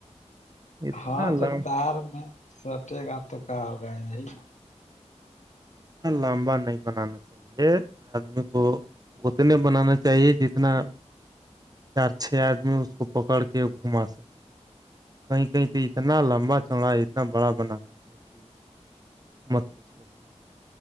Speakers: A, on the right; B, on the left.
A: اتنا
B: ہاں تو
A: لمبا
B: تار میں سٹے گا تو کہ آ گئے ہی
A: لمبا نہیں بنانا چ <unintelligible> یہ آدمی کو اتنے بنانا چاہیے جتنا چار چھ آدمی اس کو پکڑ کے گھما سکے کہیں کہیں تو اتنا لمبا چوڑا ہے اتنا بڑا بناتا ہے ہے کہ <inaudible> مت کچھ کہیں گے <unintelligible>